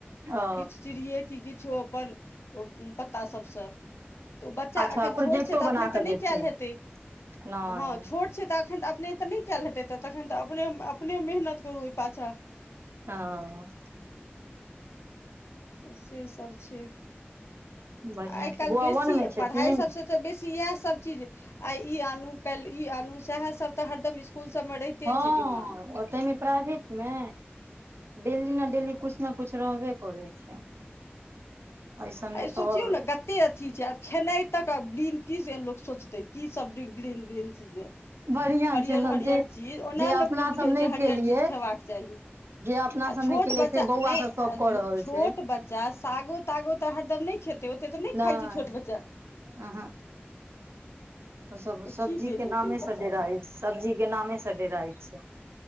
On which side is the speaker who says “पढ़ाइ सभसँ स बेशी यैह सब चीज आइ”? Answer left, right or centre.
Left